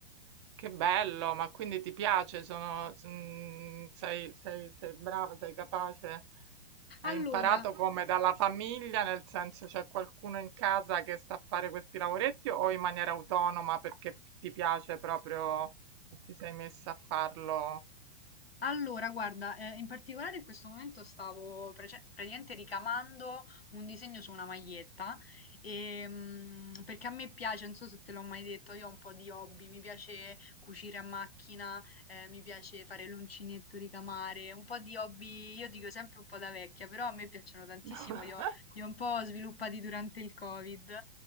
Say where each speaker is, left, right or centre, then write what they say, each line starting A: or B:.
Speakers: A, on the right; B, on the left.
A: Che bello, ma quindi ti piace? Sono, mm, sei, sei, sei brava, sei capace? Hai
B: Allora,
A: imparato come dalla famiglia, nel senso c'è qualcuno in casa che sa fare questi lavoretti o in maniera autonoma perché ti piace proprio, ti sei messa a farlo?
B: Allora, guarda, eh, in particolare in questo momento stavo prece- praticamente ricamando un disegno su una maglietta, e, mm, perché a me piace, non so se te l'ho mai detto, io ho un po' di hobby, mi piace cucire a macchina, eh, mi piace fare l'uncinetto, ricamare, un po' di hobby, io dico sempre un po' da vecchia, però a me piacciono tantissimo,
A: <laughs>
B: li ho, li ho un po' sviluppati durante il Covid.